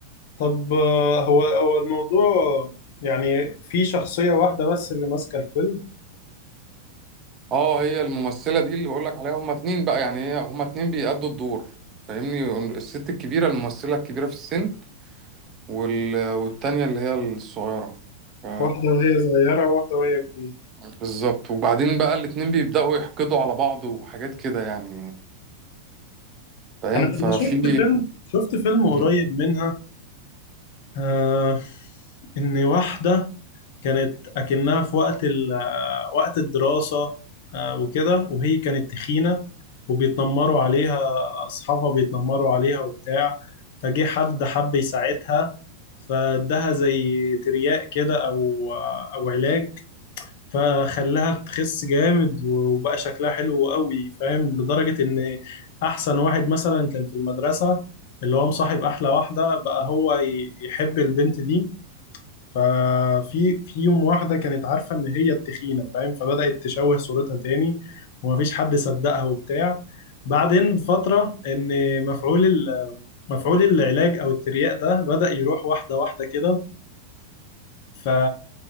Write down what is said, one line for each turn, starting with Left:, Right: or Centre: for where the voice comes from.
Left: طب آه، هو هو الموضوع يعني في شخصية واحدة بس اللي ماسكة الفيلم
Right: اه هي الممثلة دي اللي بقولك عليها هما اتنين بقى يعني هي هما اتنين بيأدوا الدور فاهمني الست الكبيرة الممثلة الكبيرة في السن وال... والتانية اللي هي الصغيرة ف-
Left: واحدة وهي صغيرة وواحدة وهي كبيرة
Right: بالظبط وبعدين بقى الاتنين بيبدأوا يحقدوا على بعض وحاجات كده يعني فاهم
Left: أنا أنا
Right: ففي
Left: شفت فيلم شفت فيلم
Right: مم.
Left: قريب منها آه إن واحدة كانت أكنها في وقت ال آه، وقت الدراسة آه وكده وهي كانت تخينة وبيتنمروا عليها أصحابها بيتنمروا عليها وبتاع فجه حد حب يساعدها فادها زي ترياق كده أو آه، أو علاج فخلاها تخس جامد وبقى شكلها حلو قوي فاهم لدرجة ان احسن واحد مثلا كان في المدرسة اللي هو مصاحب احلى واحدة بقى هو ي- يحب البنت دي ففي في يوم واحدة كانت عارفة ان هي التخينة فاهم فبدأت تشوه صورتها تاني ومفيش حد صدقها وبتاع بعدين بفترة ان مفعول ال- مفعول العلاج او الترياق ده بدأ يروح واحدة واحدة كده ف...